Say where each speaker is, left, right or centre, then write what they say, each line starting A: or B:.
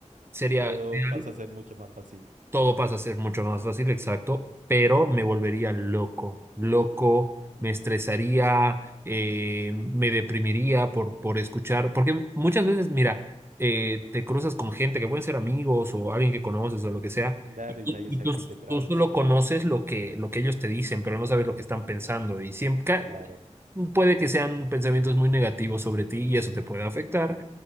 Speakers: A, on the right (about 20°); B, on the right (about 90°).
A: sería
B: Todo
A: ideal.
B: pasa a ser mucho más fácil.
A: todo pasa a ser mucho más fácil, exacto, pero me volvería loco, loco, me estresaría, eh, me deprimiría por, por escuchar, porque muchas veces, mira, eh, te cruzas con gente que pueden ser amigos o alguien que conoces o lo que sea,
B: Claro,
A: y,
B: y
A: y-
B: nadie
A: y
B: sabe
A: tú,
B: qué hay detrás.
A: tú solo conoces lo que, lo que ellos te dicen, pero no sabes lo que están pensando, y siempre ca-
B: Claro.
A: puede que sean pensamientos muy negativos sobre ti y eso te puede afectar.